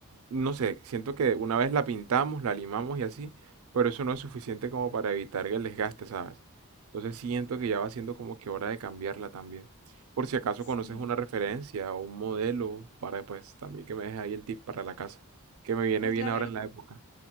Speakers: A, on the right; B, on the left.
A: no sé, siento que una vez la pintamos, la limamos y así, pero eso no es suficiente como para evitar que el desgaste, ¿sabes? Entonces siento que ya va siendo como que hora de cambiarla también. Por si acaso
B: Sí.
A: conoces una referencia o un modelo para, pues, también que me dejes ahí el tip para la casa, que me viene
B: Pues
A: bien
B: la
A: ahora
B: ver,
A: en la época.